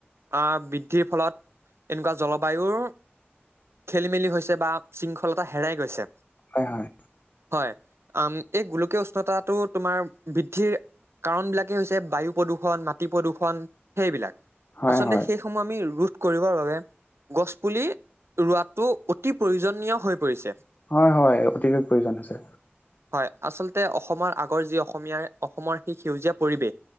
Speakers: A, on the right; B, on the left.
A: অহ বৃদ্ধিৰ ফলত এনেকুৱা জলবায়ুৰ। খেলি-মেলি হৈছে বা শৃংখলতা হেৰাই গৈছে।
B: হয় হয়।
A: হয় আম এই গোলকীয় উষ্ণতাটো তোমাৰ বৃদ্ধিৰ। কাৰণ বিলাকেই হৈছে বায়ু প্ৰদূৰ্ষণ মাটি প্ৰদূৰ্ষন সেইবিলাক।
B: হয়
A: আচলতে
B: হয়
A: সেইসমূহ আমি ৰুথ কৰিবৰ বাবে গছপুলি ৰোৱাটো অতি প্ৰয়োজনীয় হৈ পৰিছে।
B: হয় হয় অতিকৈ প্ৰয়োজন হৈছে।
A: হয়। আচলতে অসমৰ আগৰ যি অসমীয়াই অসমৰ সি সেউজীয়া পৰিৱেশ